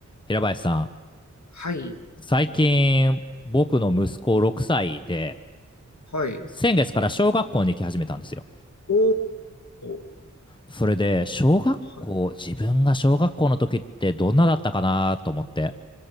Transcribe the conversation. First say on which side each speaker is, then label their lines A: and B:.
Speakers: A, on the left; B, on the left.
A: 平林さん、
B: はい、
A: 最近僕の息子6歳で、
B: はい。
A: 先月から小学校に行き始めたんですよ。
B: おー、
A: それで、小学校、
B: はい。
A: 自分が小学校の時ってどんなだったかなと思って。